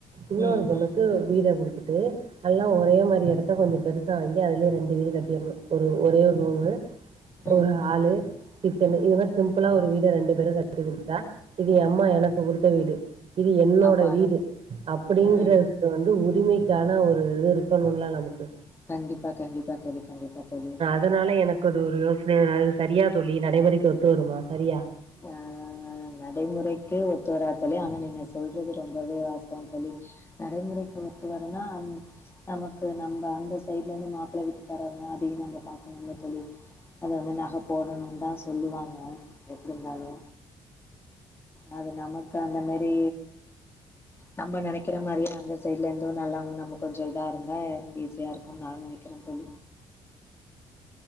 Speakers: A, on the right; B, on the left.
A: இன்னோரு
B: ம்
A: பொண்ணுக்கு
B: ம்
A: வீட குடுத்துட்டு அல்லா ஒரே மாரி எடத்த கொஞ்சோ பெருசா வாங்கி அதுலயே ரெண்டு வீடு கட்டீர்னு ஒரு ஒரே ஒரு ரூமு
B: ம்
A: ஒரு ஹாலு,
B: ம்
A: கிச்சனு
B: ம்
A: இது மாரி சிம்பிளா ஒரு வீட ரெண்டு பேரு கட்டிக் குடுத்துட்டா இது
B: ம்
A: எ அம்மா எனக்குக் குடுத்த வீடு இது என்னோட
B: ஆமா.
A: வீடு அப்படிங்கற
B: ம்
A: இது வந்து உரிமைக்கான ஒரு இது இருக்கனுல்ல நமக்கு
B: கண்டிப்பா கண்டிப்பா தோழி கண்டிப்பா தோழி
A: அதுனால எனக்கு அது ஒரு யோசனை அது சரியா தோழி நடைமுறைக்கு ஒத்து வருமா சரியா
B: ஆ அ நடைமுறைக்கு ஒத்து வராத் தோழி ஆனா நீங்க சொல்றது ரொம்பவே வாஸ்துவம் தோழி நடைமுறைக்கு ஒத்து வரும்னா நமக்கு நம்ப அந்த சைடுலர்ந்து மாப்பிள வீட்டுக்காரவங்க அதயு நம்ப பாக்கணுமுல்ல தோழி அதாவ்து நஹ போடணும் தா சொல்லுவாங்க எப்டி இருந்தாலு அது நமக்கு அந்த மாரி நம்ம நெனைக் கிற மாரியே அந்த சைடுலருந்து நல்லவங்க நமக் கொஞ்சோ இதா இருந்தா ஈஸியா இருக்குன் நா நெனைக்கிற தோழி